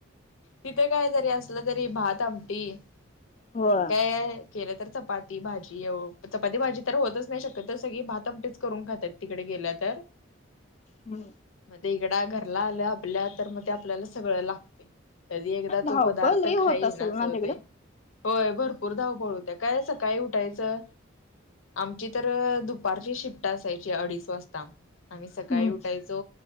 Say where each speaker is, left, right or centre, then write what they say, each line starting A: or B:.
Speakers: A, on the left; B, on the left.
A: तिथं काय जरी अस असलं तरी भात, आमटी
B: होय
A: आणि काय ये केलं तर चपाती, भाजी अं चपाती, भाजी तर होतच नाही शक्यतो सगळी भात, आमटीच करून खातायत. तिकडे गेला तर
B: हम्
A: मध्ये इकडं घरला आलो आपल्या, तर मग ते आपल्याला सगळं लागतंय. कधी एकदा
B: धावपळ
A: तो पदार्थ
B: लई होत
A: खाईन
B: असेल
A: असं
B: ना
A: होते.
B: तिकडं?
A: होय भरपूर धावपळ होत्या, काय सकाळी उठायचं आमची तर अं दुपारची शिफ्ट असायची अडीच वाजता. आम्ही सकाळी
B: हम्म
A: उठायचो,